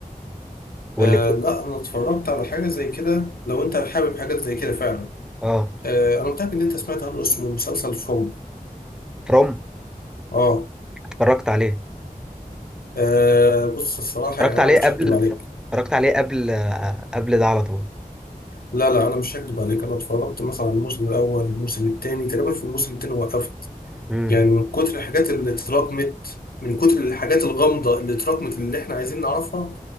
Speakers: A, in the centre; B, on the left.
A: واللي
B: آه لا أنا اتفرجت على حاجة زي كده لو أنت حابب حاجات زي كده فعلا
A: اه
B: آه أنا متأكد إن أنت سمعت عنه اسمه مسلسل فروم
A: فروم
B: اه
A: اتفرجت عليه
B: آه، بص الصراحة
A: اتفرجت
B: يعني
A: عليه
B: أنا
A: قبل
B: مش هكدب عليك
A: اتفرجت عليه قبل آه، قبل ده على طول
B: لا لا أنا مش هكدب عليك أنا اتفرجت مثلا على الموسم الأول الموسم التاني تقريبا في الموسم التاني وقفت
A: امم
B: يعني من كتر الحاجات اللي اتراكمت من كتر الحاجات الغامضة اللي اتراكمت اللي إحنا عايزين نعرفها